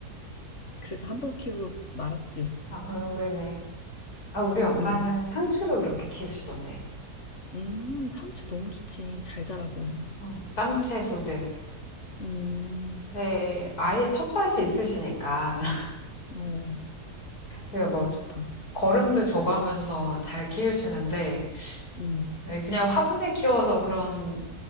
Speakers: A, on the left (about 45°); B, on the left (about 65°).
A: <laughs> 그래서 한번 키우고 말았지.
B: 아, 그, 왜네. 아, 우리
A: 음,
B: 엄마는
A: 음.
B: 상추를 그렇게 키우시던데.
A: 음, 상추 너무 좋지. 잘 자라고.
B: 음, 쌈채소들.
A: 음,
B: 네, 아예 텃밭이 있으시니까. <laughs>
A: 어,
B: 그뭐
A: 너무 좋다.
B: 거름도 줘가면서 잘 키우시는데
A: 음,
B: 네, 그냥 화분에 키워서 그런